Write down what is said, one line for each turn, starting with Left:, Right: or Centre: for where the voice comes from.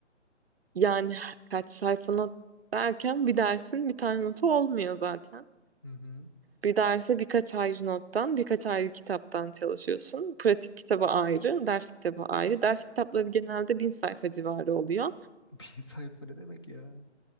Right: Yani kaç sayfa not derken bir dersin bir tane notu olmuyor zaten.
Left: Hı hı.
Right: Bir derse birkaç ayrı nottan, birkaç ayrı kitaptan çalışıyorsun. Pratik kitabı ayrı, ders kitabı ayrı. Ders kitapları genelde bin sayfa civarı oluyor.
Left: <laughs> Bir sayfa ne demek ya?